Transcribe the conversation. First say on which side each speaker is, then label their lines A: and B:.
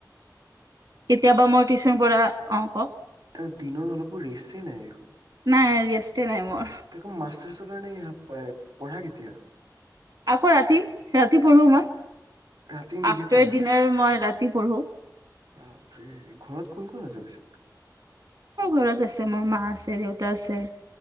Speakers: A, on the right; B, on the right.
A: কেতিয়াবা মই টিউচন পৰা অঁ কক
B: তাৰ দিনত অলপো ৰেষ্ট নাই দেখোন
A: নাই ৰেষ্টে নাই মোৰ
B: তেক মাচাচ কাৰণে পঢ়া কেতিয়া
A: আকৌ ৰাতি ৰাতি পঢ়ো মই
B: ৰাতি নিজে
A: আফটাৰ
B: পঢ়া
A: ডিনাৰ
B: আকৌ।
A: মই ৰাতি পঢ়ো
B: বাপৰে ঘৰত কোন কোন আছে পিছে
A: মোৰ ঘৰত আছে মোৰ মা আছে দেউতা আছে